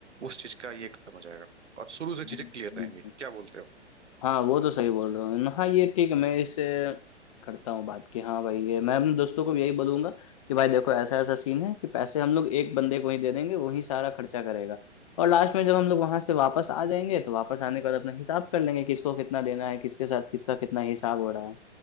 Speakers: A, on the right (about 75°); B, on the left (about 30°).
A: उस चीज का ये खत्म हो जाएगा और शुरू
B: हम्म,
A: से चीजें क्लियर रहेंगी
B: हम्म।
A: क्या बोलते
B: हाँ वो तो सही बोल रहे हो न, हाँ ये ठीक है मैं इससे करता हूँ बात कि हाँ भाई ये मैं अपने दोस्तों को भी यही बोलूंगा कि भाई देखो ऐसा ऐसा सीन है कि पैसे हम लोग एक बंदे को ही दे देंगे वही सारा खर्चा करेगा और लास्ट में जब हम लोग वहां से वापस आ जाएंगे तो वापस आने के बाद अपना हिसाब कर लेंगे किसको कितना देना है किसके साथ किसका कितना हिसाब हो रहा है